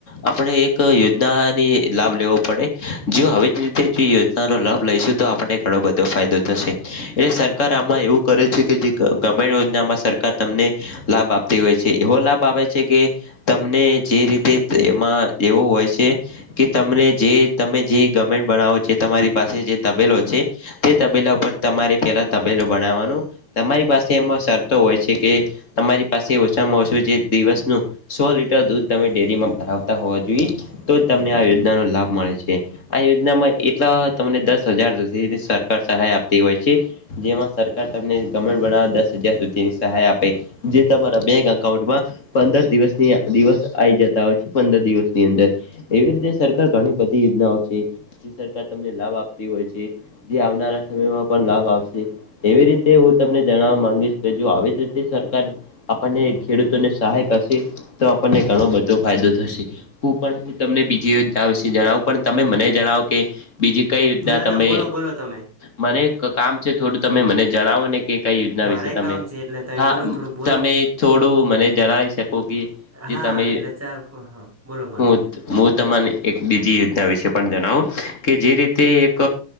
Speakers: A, on the left; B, in the centre.
A: આપણે એક યોજનાની લાભ લેવો પડે, જો હવે તે રીતે યોજનાનો લાભ લઈશું તો આપને ઘણો બધો ફાયદો થશે. એટલે સર સરકાર આમાં એવું કરે છે કે જે ગ્રામીણ યોજનામાં સરકાર કાર તમને લાભ આપતી હોય છે. એવો લાભ આપે છે, કે તમને જે રીતે એમાં એવું હોય છે કે તમને જે તમે જે ગવર્મેન્ટ બનાવો છે, તમારી પાસે જે તબેલો છે. તે તબેલા ઉપર તમારે પેલા તબેલો બનાવવાનું તમારી પાસે એમાં શરતો હોય છે, કે તમારી પાસે ઓછામાં ઓછું જે દિવસનું સો લિટર દૂધ તમે ડેરીમાં ભરાવતા હોવા જોઈએ તો જ તમને આ યોજના નો લાભ મળે છે. આ યોજનામાં એટલા તમને દસ હજાર સુધી સરકાર સહાય આપતી હોય છે. જેમાં સરકાર તમને ગમે બનાવવા દસ હજાર સુધીની સહાય આપે, જે તમારા બેંક અકાઉન્ટમાં પંદર દિવસની દિવસ આઈ જતા હોય છે, પંદર દિવસની અંદર, એવી રીતે સરકાર ઘણી બધી તે યોજનાઓ છે. જે સરકાર તમને લાભ આપતી હોય છે. જે આવનારા સમયમાં પણ લાભ આપશે. એવી રીતે હું તમને જણાવવા માંગીસ, કે જો આવી જ રીતે સરકાર આપનને ખેડૂતોને સહાય કયસે તો આપયને ઘણો બધો ફાયદો થશે. હું પણ હું તમને બીજી યોજ્ના ઇસે જણાવું પણ તમે મને જણાવો કે બીજી કઈ યોજ્ના
B: ના
A: તમે
B: ના બોલો બોલો તમે
A: મને ક-કામ છે થોડું, તમે મને જણાવો ને કે કઈ યોજ્ના
B: મારે
A: વિસે તમે.
B: કામ છે એટલે તમે
A: હા,
B: બોલો થોડુંક બોલો
A: તમે થોડું મને જણાવી શકો કે જે
B: હા
A: તમે
B: એટલે ચાર હા બોલો બોલો
A: હુંત હું તમાને એક બીજી યો તા વિસે પન જનાવો કે જે રીતે એક